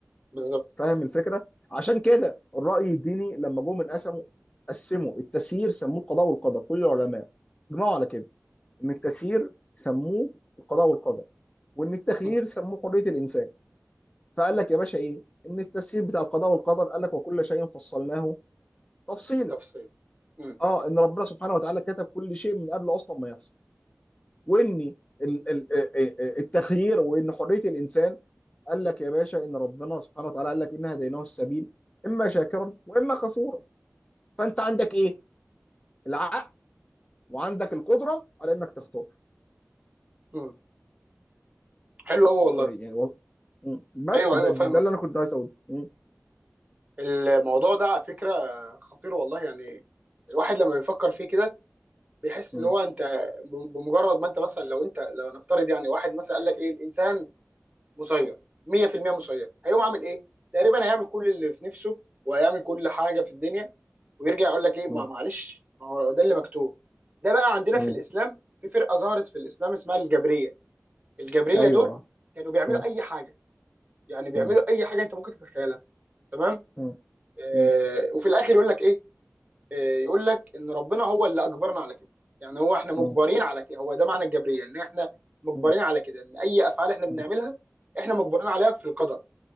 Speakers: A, on the right; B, on the left.
A: بالظبط
B: فاهم الفكره عشان كده الراي الديني لما جم من قسموا قسموا التسيير سموه القضاء والقدر كل العلماء اجمعوا على كده ان التسيير سموه القضاء والقدر وان التخيير
A: امم
B: سموه حريه الانسان فقال لك يا باشا ايه ان التسيير بتاع القضاء والقدر قال لك وكل شيء فصلناه تفصيلا
A: تفصيل امم
B: اه ان ربنا سبحانه وتعالى كتب كل شيء من قبل اصلا ما يحصل وان ال- ال- ال- التخيير وان حريه الانسان قال لك يا باشا ان ربنا سبحانه وتعالى قال لك ان هديناه السبيل اما شاكرا واما كفورا فانت عندك ايه العقل وعندك القدره على انك تختار
A: امم حلو قوي
B: و-
A: والله
B: يعني و- م. بس
A: ايوه
B: ده,
A: ايوه
B: ده
A: فاهمك
B: اللي انا كنت عايز اقوله م.
A: الموضوع ده على فكرة خطير والله يعني الواحد لما بيفكر فيه كده بيحس
B: م.
A: ان هو انت ب- بمجرد ما انت مثلا لو انت لو نفترض يعني واحد مثلا قال لك ايه الانسان مسير 100% مسير هيقوم عامل ايه؟ تقريبا هيعمل كل اللي في نفسه وهيعمل كل حاجة في الدنيا ويرجع يقول لك ايه ما
B: م.
A: معلش ما هو ده اللي مكتوب ده بقى عندنا
B: م.
A: في الاسلام في فرقة ظهرت في الاسلام اسمها الجبرية الجبرية
B: ايوه
A: دول كانوا بيعملوا
B: م.
A: اي حاجة يعني بيعملوا
B: م.
A: اي حاجة انت ممكن تتخيلها تمام؟
B: م.
A: آه
B: م.
A: وفي الاخر يقول لك ايه؟ آه، يقول لك ان ربنا هو اللي اجبرنا على كده يعني هو احنا مجبرين
B: م.
A: على كده هو ده معنى الجبريه ان احنا مجبرين
B: م.
A: على كده ان اي افعال احنا بنعملها
B: م.
A: احنا مجبرين عليها في القدر